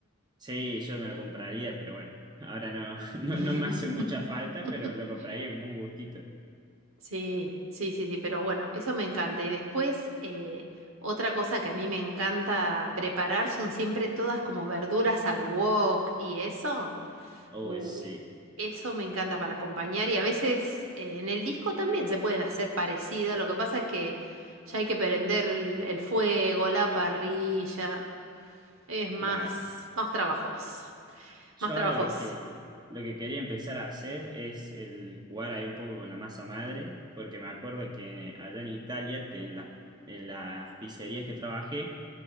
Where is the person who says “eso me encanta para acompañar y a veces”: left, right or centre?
Right